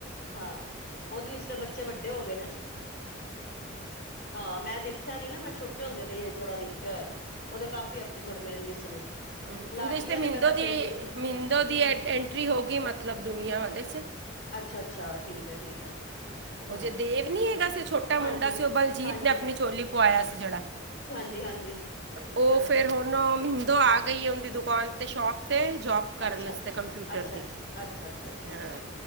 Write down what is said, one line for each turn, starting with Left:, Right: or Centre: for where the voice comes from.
Left: ਹਾਂ, ਓਹਦੇ ਵਿੱਚ ਬੱ ਬੱਚੇ ਵੱਡੇ ਹੋ ਗਏ ਨੇ ਨਾ। ਹਾਂ, ਮੈਂ ਦੇਖਿਆ ਨੀ ਨਾ ਮੈਂ ਛੋਟੇ ਹੁੰਦੇ ਦਾ ਈ ਹਜੇ ਥੋੜਾ ਦੇਖ ਕਿਆ ਏ, ਓਹਦੇ ਕਾਫੀ ਐਪੀਸੋਡ ਮੇਰੇ ਮਿਸ ਨੇ।
Right: ਹੂੰ,
Left: ਲਾਡਲੀਆਂ
Right: ਉਹਦੇ 'ਚ ਤੇ
Left: ਦੇ
Right: ਮਿੰਦੋ
Left: ਮੈਂ ਤਾਂ
Right: ਦੀ
Left: ਫੇਰ ਦੇਖਿਆ
Right: ਮਿੰਦੋ
Left: ਹੂੰ
Right: ਦੀ ਐ
Left: ਹੂੰ
Right: ਐਂਟਰੀ ਹੋ ਗਈ ਮਤਲਬ ਦੁਨੀਆ ਵਿਚ।
Left: ਅੱਛਾ ਅੱਛਾ, ਠੀਕ ਹੈ ਠੀਕ ਹੈ। ਹਾਂ
Right: ਓਹ ਜੇ ਦੇਵ ਨੀ ਹੈਗਾ ਸੀ, ਛੋਟਾ
Left: ਹਾਂਜੀ
Right: ਮੁੰਡਾ ਸੀ ਓਹ ਬਲਜੀਤ
Left: ਹਾਂਜੀ
Right: ਨੇ ਅਪਣੀ ਝੋਲੀ ਪਵਾਇਆ ਸੀ ਜੇੜਾ।
Left: ਜੀ ਹਾਂਜੀ।
Right: ਤੇ ਓਹ
Left: ਹਾਂ
Right: ਫਿਰ ਹੁਣ ਮਹਿੰਦੋ ਆ ਗਈ ਏ ਉਂਹਦੀ ਦੁਕਾਨ ਤੇ ਸ਼ੋਪ ਤੇ, ਜੋਬ ਕਰਨ
Left: ਅੱਛਾ
Right: ਅਸਤੇ ਕੰਪਿਊਟਰ
Left: ਅੱਛਾ
Right: ਦੀ।
Left: ਅੱਛਾ ਅੱਛਾ ਅੱਛਾ ਠੀਕ
Right: ਹਾਂ,
Left: ਹੈ